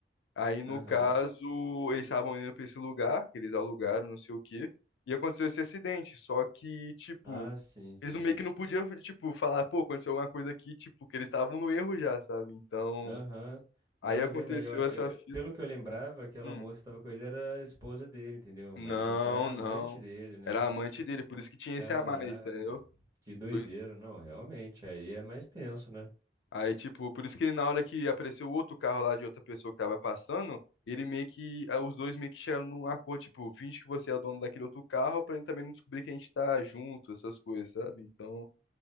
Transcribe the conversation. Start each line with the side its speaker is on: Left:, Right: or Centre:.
Left: Aí, no
Right: Aham.
Left: caso, eles estavam indo pra esse lugar, que eles alugaram, não sei o quê, e aconteceu esse acidente, só que, tipo,
Right: Ah, sim, sim.
Left: Eles meio que não podiam, tipo, falar, pô, aconteceu alguma coisa aqui, tipo, que eles estavam no erro já, sabe? Então,
Right: Aham.
Left: aí
Right: Não, é
Left: aconteceu
Right: verdade. Eu-
Left: essa
Right: eu-
Left: fita.
Right: pelo que eu lembrava, aquela
Left: Hum,
Right: moça que tava com ele era a esposa dele, entendeu?
Left: não,
Right: Mas então era
Left: não.
Right: amante dele, né?
Left: Era amante dele, por isso que tinha
Right: Caraca,
Left: esse a mais, entendeu?
Right: que doideira.
Left: Por-
Right: Não, realmente, aí é mais tenso, né?
Left: Aí, tipo, por isso que na hora que apareceu o outro carro lá de outra pessoa que tava passando, ele meio que, ah, os dois meio que chegaram num acordo, tipo, finge que você é o dono daquele outro carro pra ele também não descobrir que a gente tá junto, essas coisas, sabe? Então,